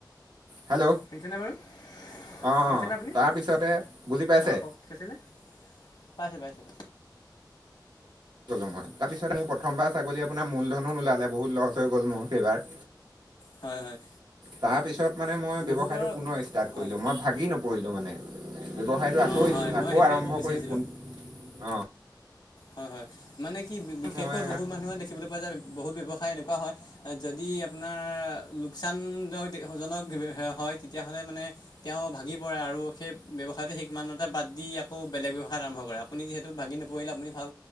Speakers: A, on the right; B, on the left.
A: হেল্ল'
B: শুনিছেনে বাৰু?
A: অঁ
B: শুনিছেনে আপুনি
A: তাৰপিছতে
B: অ
A: বুজি পাইছে
B: কওক কি কৈছিলে? পাইছো পাইছো।
A: গ'লোঁ মই তাৰপিছত মোৰ প্ৰথবাৰ ছাগলী আপোনাৰ মূলধনো ওলালে বহুত লছ হৈ গ'ল মোৰ সেইবাৰ।
B: হয় হয়
A: তাৰ পিছত মানে মই ব্যৱসায়টো
B: বহুতৰ
A: পুনৰ ষ্টাৰ্ট
B: হয়
A: কৰিলো মই ভাগি নপ পৰিলোঁ মানে ব্যৱসায়টো আকৌ
B: অ হয় মই
A: আকৌ
B: সেইটোকে
A: আৰম্ভ
B: ক'ব বিচাৰিছিলোঁ
A: কৰি পোন অঁ।
B: হয় হয় মানে কি বিশেষকৈ
A: মই
B: বহুত মানুহে দেখিবলৈ পোৱা যায় বহুত ব্যয়ৱসায় এনেকুৱা হয়। যদি আপোনাৰ লোকচানকজনক হয় তেতিয়াহলে মানে তেওঁ ভাগি পৰে আৰু সেই ব্যৱসায়টো সেইমানতে বাদ দি আকৌ বেলেগ ব্যৱসায় আৰম্ভ কৰে আপুনি যিহেতু ভাগি নপৰিলে আপুনি ভাল